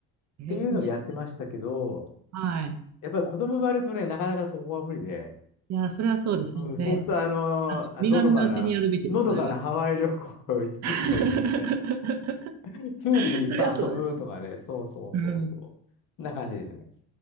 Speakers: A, on the right; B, on the left.
A: えー、
B: ていうのをやってましたけど、
A: 面白い。はい。
B: やっぱり子供生まれるとね、なかなかそこは無理で、
A: いや、それはそうですね。
B: うん、そうすると、あのー、
A: あの、
B: あのどかな、
A: 身軽なうちにやるべきです、
B: のどかなハワイ旅行
A: それは。
B: <laughs>
A: <laughs>
B: いつも行くみたいな。プールでいっぱい遊ぶとかね、
A: それはそうです。
B: そうそうそうそう。
A: うん。
B: な感じですね。